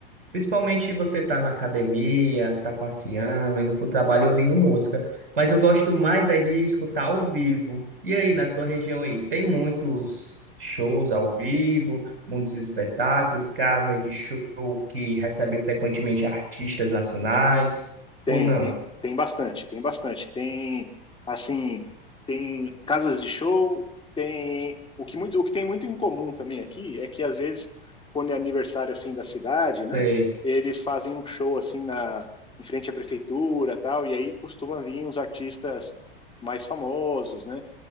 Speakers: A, on the right; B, on the left.
A: Principalmente você tá na academia, tá passeando, indo pro trabalho ouvindo música. Mas eu gosto mais é de escutar ao vivo. E aí, na tua região aí, tem muitos shows ao vivo, muitos espetáculos, casas de show que recebem frequentemente artistas nacionais,
B: Tem,
A: ou não?
B: tem, tem bastante, tem bastante. Tem, assim, tem casas de show, tem. O que muito, o que tem muito em comum também aqui é que, às vezes, quando é aniversário, assim, da cidade, né?
A: Sei.
B: Eles fazem um show, assim, na, em frente à prefeitura, tal, e aí costuma vir uns artistas mais famosos, né?